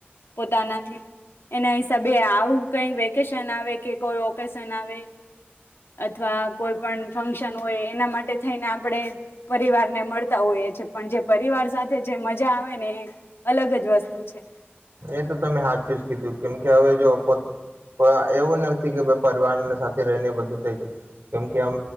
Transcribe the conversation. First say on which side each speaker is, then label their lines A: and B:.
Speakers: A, on the left (about 75°); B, on the right (about 80°).
A: પોતાનાથી એના હિસાબે આવું કઈ વેકેશન આવે કે કોઈ ઓકેશન આવે અથવા કોઈ પણ ફંક્શન હોય, એના માટે થઈને આપણે પરિવારને મળતા હોઈએ છીએ, પણ જે પરિવાર સાથે જે મજા આવે ને એ અલગ જ વસ્તુ છે.
B: એ તો તમે હા ચુ કીધું કેમ કે હવે, જો પો એવું નથી, કે ભ પરિવારને સાથે રહીને બધું થઈ જાય. કેમ કેમ,